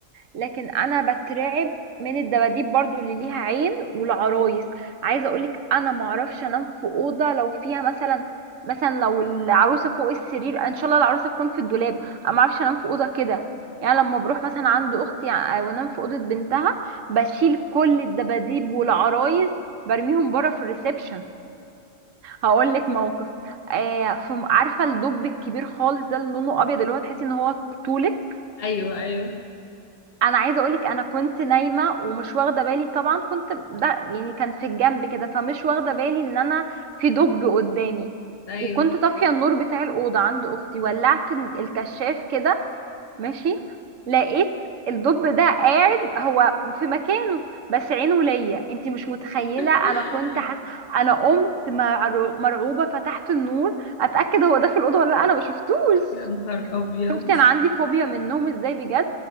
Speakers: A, on the right; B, on the left.
A: لكن انا بترعب من الدباديب برضو اللي ليها عين والعرايس عايزه اقولك انا معرفش انام في اوضه لو فيها مثلا مثلا لو العروسه فوق السرير ان شاء الله العروسه تكون في الدولاب انا معرفش انام في اوضه كده يعني لما بروح مثلا عند اختي ع- وانام في اوضه بنتها بشيل كل الدباديب والعرايس برميهم بره في الريسبشن هقول لك موقف آه في عارفه الدب الكبير خالص ده اللي لونه ابيض اللي هو تحسي ان هو طولك
B: ايوه ايوه
A: انا عايزه اقولك انا كنت نايمه ومش واخده بالي طبعا كنت ده يعني كان في الجنب كده فمش واخده بالي ان انا في دب قدامي
B: ايوه
A: وكنت طافيه النور بتاع الاوضه عند اختي ولعت الكشاف كده ماشي لقيت الدب ده قاعد هو في مكانه بس عينه ليا انتي مش متخيله
B: <laughs>
A: انا كنت حس... انا قمت مرعو- مرعوبه فتحت النور اتاكد هو ده في الاوضه ولا لأ، انا ما شفتوش
B: يا نهار ابيض
A: شفتي انا عندي فوبيا منهم ازاي بجد